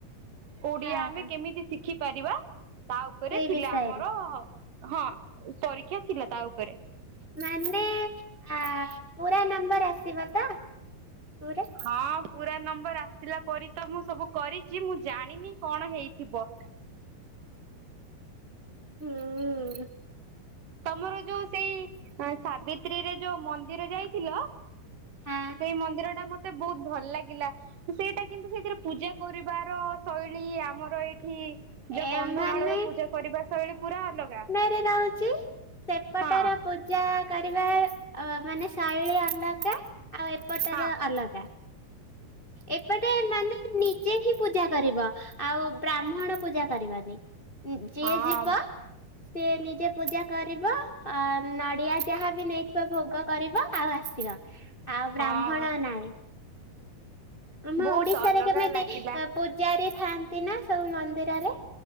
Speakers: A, on the right; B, on the left.
A: ଓଡ଼ିଆ
B: ହଁ
A: ଆମେ
B: ହଁ
A: କେମିତି ଶିଖି ପାରିବା ତା ଉପରେ
B: ସେଇ
A: ଥିଲା
B: ବିଷୟରେ
A: ଆମର ହଁ ପରୀକ୍ଷା ଥିଲା ତା ଉପରେ।
B: ମାନେ ଆ ପୁରା ନମ୍ବର ଆସିବ ତ ପୁରା?
A: ହଁ ପୁରା ନମ୍ବର ଆସିଲା ପରି ତ ମୁଁ ସବୁ କରିଚି ମୁଁ ଜାଣିନି କଣ ହେଇଥିବ।
B: ହୁଁ
A: ତମର ଯୋଉ ସେଇ ଅଁ ସାବିତ୍ରୀରେ ଯୋଉ ମନ୍ଦିର ଯାଇଥିଲ
B: ହଁ
A: ସେଇ ମନ୍ଦିରଟା ମତେ ବୋହୁତ ଭଲ ଲାଗିଲା। ସେଇଟା କିନ୍ତୁ ସେଇଥିରେ ପୂଜା କରିବାର ଶୈଳୀ ଆମର ଏଇଠି ଯୋଉ
B: ଏମାନେ
A: କନ୍ଧମାଳର ପୂଜା କରିବା ଶୈଳୀ ପୁରା ଅଲଗା।
B: ତେ ରହୁଚି ସେପଟର
A: ହଁ
B: ପୂଜା କରିବା ଅ ମାନେ ଶୈଳୀ ଅଲ କା ଆଉ ଏପଟ
A: ହଁ
B: ର ଅଲଗା। ଏପଟେ ମାନେ ନିଜେ ହିଁ ପୂଜା କରିବ ଆଉ ବ୍ରାହ୍ମଣ ପୂଜା କରିବନି ଉଁ ଯିଏ
A: ହଁ
B: ଯିବ ସିଏ ନିଜେ ପୂଜା କରିବ ଅ ନଡ଼ିଆ ଯାହା ବି ନେଇଥିବ ଭୋଗ କରିବ। ଆଉ ଆସିବ ଆଉ
A: ହଁ
B: ବ୍ରାହ୍ମଣ ନାଇଁ। ଆମ
A: ବହୁତ
B: ଓଡିଶାରେ
A: ଅଲଗା
B: କେମେ ଦେ
A: ଲାଗିଲା
B: ଓ <unintelligible> ପୂଜାରି ଥାଆନ୍ତି ନା ସବୁ ମନ୍ଦିରରେ